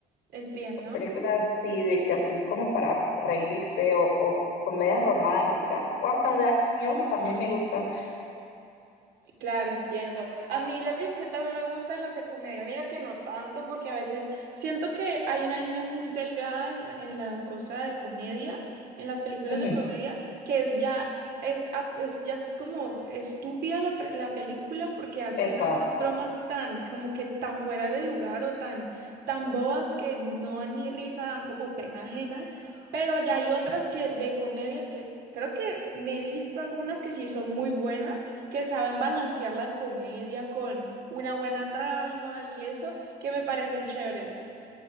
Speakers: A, on the right (about 70°); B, on the left (about 85°).
A: Entiendo.
B: Películas así, de que así como para reírse o, o comedias románticas o hasta de acción también me gusta.
A: Claro, entiendo. A mí las de acción también me gustan, las de comedia. Mira que no tanto, porque a veces siento que hay una línea muy delgada en la, en la cosa de comedia, en las películas
B: Ujú,
A: de comedia, que es ya es, ap- es ya es como estúpida la, pre- la película porque hacen
B: exacto.
A: tantas bromas tan como que tan fuera de lugar o tan tan bobas que no dan ni risa, dan como pena ajena. Pero ya hay otras que de comedia que creo que me he visto algunas que sí son muy buenas que saben balancear la comedia con una buena trama y eso, que me parecen chéveres.